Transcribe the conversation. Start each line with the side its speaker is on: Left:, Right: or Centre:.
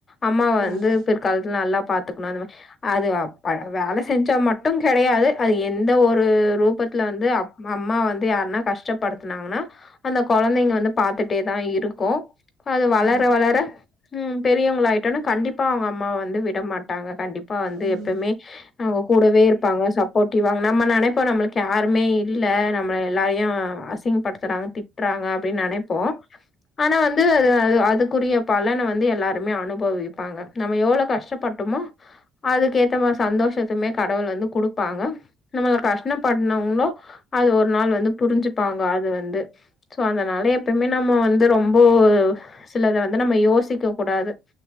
Left: அம்மாவ வந்து
Right: ம்
Left: பிற்காலத்துல நல்லா பாத்துக்கணு அந்த மாரி அது வேல செஞ்சா மட்டு கெடையாது அது எந்த ஒரு ரூபத்துல வந்து அப் நம்ம அம்மா வந்து யாருன்னா கஷ்டப்படுத்துனாங்கனா அந்த கொழந்தைங்க வந்து பாத்துட்டே தா இருக்கு அது வளர
Right: ம்
Left: வளர ம் பெரியவங்களாயிட்டோனே கண்டிப்பா அவங்க அம்மாவ வந்து விடமாட்டாங்க கண்டிப்பா அப்பா வந்து
Right: ம்
Left: எப்பமே அவங்க கூடவே இருப்பாங்க சப்போர்டிவாங்க நம்ம நெனைப்போ நம்மளுக்கு யாருமே இல்ல நம்மள எல்லாரையு அசி ங்க படுத்துறாங்க திட்றாங்க அப்டின் நெனைப்போ ஆனா வந்து அதுக்குரிய பலனை வந்து எல்லாருமே அனுபவிப்பாங்க நம்ம எவ்ளோ கஷ்டப்பட்டமோ அதுக்கு ஏத்த மா சந்தோஷத்துமே கடவுள் வந்து குடுப்பாங்க நம்ம கஷ்டப்படுனவங்களு அது ஒரு நாள் வந்து புரிஞ்சுப்பாங்க அது வந்து சோ அதனால எப்பமே நம்ம வந்து ரொம்ப சிலத வந்து நம்ம யோசிக்க கூடாது